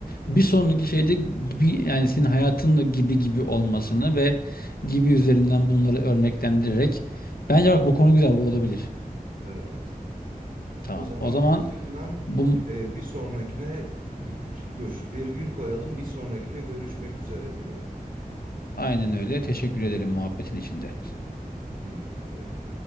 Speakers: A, on the left; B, on the right.
A: bir sonraki şeyde gibi yani senin hayatınla gibi gibi olmasını ve gibi üzerinden bunları örneklendirerek bence bak bu konu güzel bu olabilir.
B: Evet.
A: Tamam.
B: O zaman
A: O zaman
B: şimdiden
A: bu
B: e, bir sonrakine vi- dur virgül koyalım bir sonrakine görüşmek üzere diyelim.
A: aynen öyle. Teşekkür ederim muhabbetin içinde.
B: Bilmukabele.